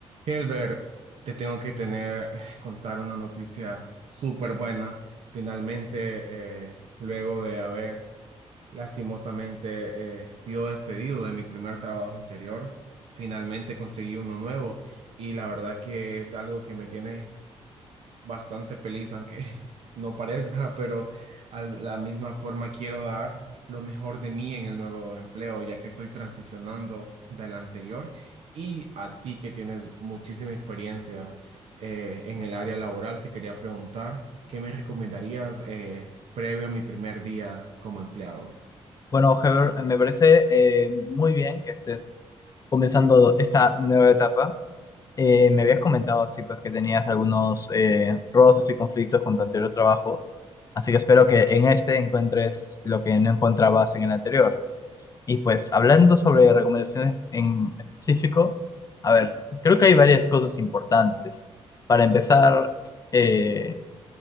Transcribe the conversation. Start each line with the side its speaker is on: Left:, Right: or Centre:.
Right: Hilbert, te tengo que tener, <sighs> contar una noticia súper buena. Finalmente, eh, luego de haber lastimosamente eh, sido despedido de mi primer trabajo anterior, finalmente conseguí uno nuevo y la verdad que es algo que me tiene bastante feliz, aunque <laughs> no parezca, pero a la misma forma quiero dar lo mejor de mí en el nuevo empleo, ya que estoy transicionando del anterior y a ti que tienes muchísima experiencia eh, en el área laboral, te quería preguntar, ¿qué me recomendarías eh, previo a mi primer día como empleado?
Left: Bueno, Heber, me parece eh, muy bien que estés comenzando esta nueva etapa. Eh, me habías comentado así pues que tenías algunos eh, roces y conflictos con tu anterior trabajo, así que espero que en este encuentres lo que no encontrabas en el anterior. Y pues hablando sobre recomendaciones en específico, a ver, creo que hay varias cosas importantes. Para empezar, eh,